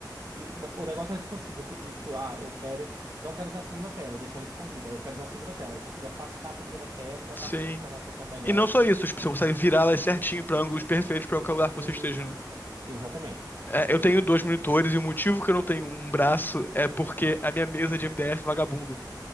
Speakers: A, on the right; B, on the left.
A: E ma- o negócio é tipo assim, que eu podia, tipo, ah, eu quero. Não quero usar a segunda tela, vou deixar ela escondida. Aí eu quero usar a segunda tela. Eu consigo afastar a primeira tela e botar
B: Sim.
A: a segunda tela numa posição melhor.
B: E não só isso, tipo, você consegue virá-las certinho pra ângulos perfeitos pra qualquer lugar que
A: Isso,
B: você esteja, né?
A: exatamente.
B: É, eu tenho dois monitores e o motivo que eu não tenho um braço é porque a minha mesa de MDF é vagabundo.